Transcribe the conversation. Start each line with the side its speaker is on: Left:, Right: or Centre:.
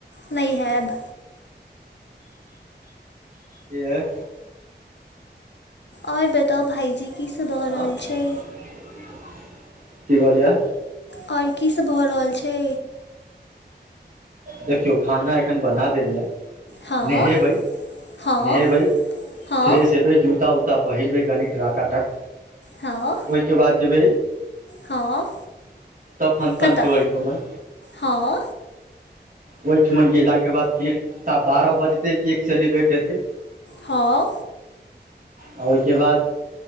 Left: नहि हैब
Right: एह
Left: आओर बताउ भाईजी कीसभ भऽ
Right: हँ
Left: रहल छै?
Right: <unintelligible> की कहलििय?
Left: आओर की सब भऽ रहल छै?
Right: देखियौ खाना एखन बना देलिया
Left: हाँ
Right: नेहेबै
Left: हाँ
Right: नेहेबै
Left: हाँ
Right: फ्रेश हेबै जूता उता आ पहिरबै कनि टकाटक
Left: हँ
Right: ओइ के बाद जेबई
Left: हँ
Right: फंक्शन
Left: कतऽ
Right: छै ओहिठुमन
Left: हँ
Right: ओइठमन गेलाक के बाद की सा बारह बजते केक सेलिब्रेट हेतै
Left: हँ
Right: आ ओइ के बाद